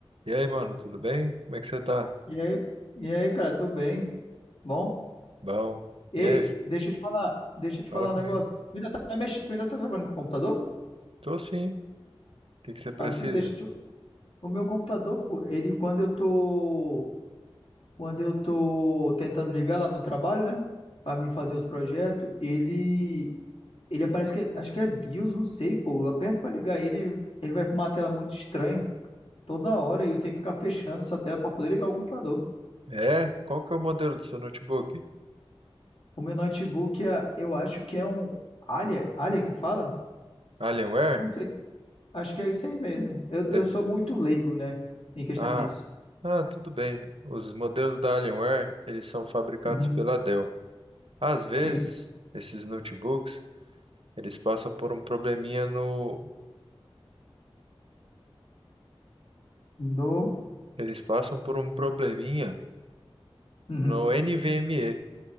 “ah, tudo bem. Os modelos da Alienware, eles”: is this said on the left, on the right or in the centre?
Right